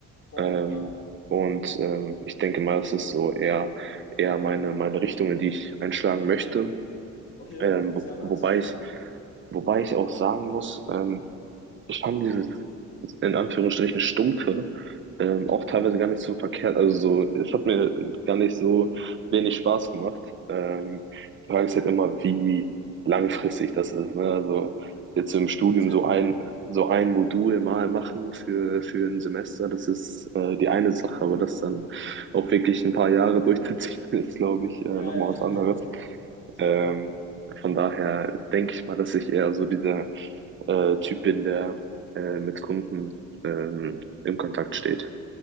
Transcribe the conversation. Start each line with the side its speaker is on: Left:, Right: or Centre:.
Left: voll,
Right: Ähm,
Left: ja.
Right: und ähm, ich denke mal, das ist so eher, eher meine, meine Richtung, in die ich einschlagen möchte.
Left: Okay,
Right: Ähm, wo,
Left: sehr nice,
Right: wobei
Left: ja.
Right: ich Wobei ich auch sagen muss, ähm, ich fand dieses in Anführungsstrichen stumpfe ähm, auch teilweise gar nicht so verkehrt. Also so, es hat mir gar nicht so wenig Spaß gemacht. Ähm, die Frage ist halt immer, wie langfristig das ist. Ne? Also jetzt so im
Left: Hundertprozentig.
Right: Studium so ein so ein Modul mal machen für für ein Semester, das ist äh, die eine Sache, aber das dann auch wirklich ein paar Jahre durchzuziehen, <laughs> ist, glaube ich, äh,
Left: Ja,
Right: nochmal
Left: ja.
Right: was anderes.
Left: <laughs>
Right: Ähm,
Left: Voll.
Right: von daher denke ich mal, dass ich eher so dieser äh, Typ bin, der äh, mit Kunden ähm, im Kontakt steht.